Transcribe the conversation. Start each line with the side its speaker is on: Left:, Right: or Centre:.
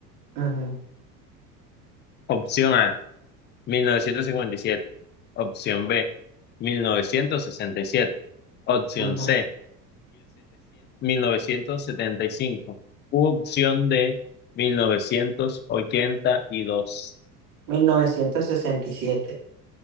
Right: ujú,
Left: Opción A. mil novecientos cincuenta y siete Opción B, mil novecientos sesenta y siete Opción
Right: ujú.
Left: C, 1700, 1975. U opción D, mil novecientos ochenta y dos
Right: mil novecientos sesenta y siete.